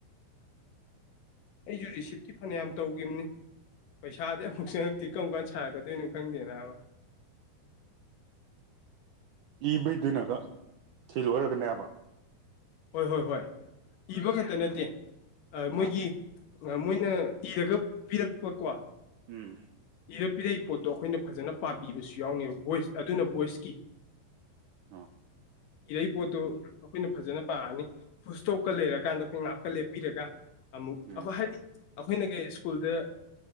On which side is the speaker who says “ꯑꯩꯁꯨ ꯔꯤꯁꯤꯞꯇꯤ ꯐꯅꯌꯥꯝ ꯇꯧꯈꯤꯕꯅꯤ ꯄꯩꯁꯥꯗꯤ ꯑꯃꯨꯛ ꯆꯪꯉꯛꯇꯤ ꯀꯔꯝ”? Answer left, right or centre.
Left